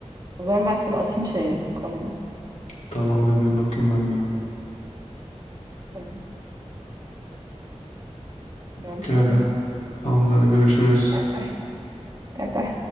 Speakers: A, on the right; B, on the left.
A: O zaman ben sana atayım şeyi, konumu.
B: Tamam bebeğim bakayım ben bir.
A: Tamam. Öpüyorum
B: Okey
A: seni.
B: hadi. Tamamdır hadi görüşürüz.
A: Bay bay. Bay bay.